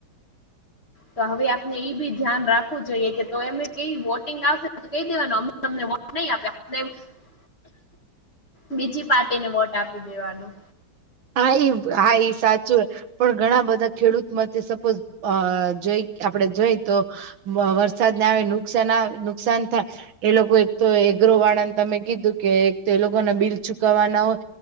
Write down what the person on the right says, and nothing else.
<inaudible>
હા એ હા સા ચૂં પણ ઘણા બધા ખેડૂત માટે સપોઝ અ જોઈ આપડે જોઈ તો વરસાદને આવે નુકસાન આવે નુકસાન થાય એ લોકો એક તો એગ્રો વાળાને તમે કીધું કે એક તો એ લોકો ના બિલ ચુકવવા ના હોય